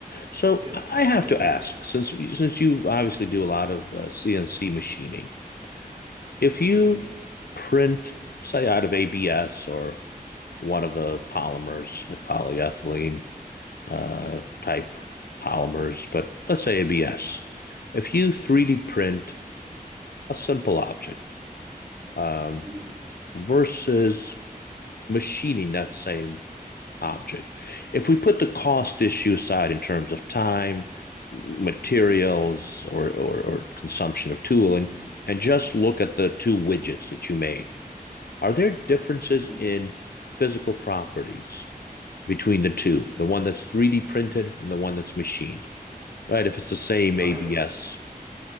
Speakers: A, on the left; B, on the right.
A: So
B: yeah,
A: I
B: absolutely.
A: have to ask, since since you obviously do a lot of uh, CNC machining, if you
B: hmm
A: print, say, out of ABS or one of the polymers like polyethylene, uh, type polymers, but let's say ABS. If you 3D print a simple object um,
B: hmm
A: versus machining that same object, if we put the cost issue aside in terms of time, materials, or, or, or consumption of tooling, and just look at the two widgets that you made, are there differences
B: hmm
A: in physical properties between the two, the one that's 3D printed and the one that's machined? Right, if it's the same
B: I
A: ABS.
B: w-